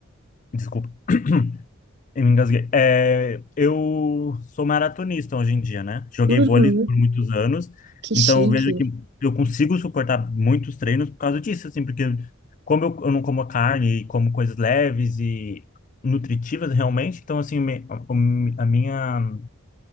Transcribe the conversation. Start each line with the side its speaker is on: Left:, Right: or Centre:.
Left: Desculpa. <clears throat> Eu me engasguei. É, eu sou maratonista hoje em dia, né? Joguei
Right: Uhum,
Left: vôlei por muitos anos,
Right: que chique.
Left: então eu vejo que eu consigo suportar muitos treinos por causa disso, assim, porque como eu, eu não como carne e como coisas leves e nutritivas realmente, então assim, me- a, a minha,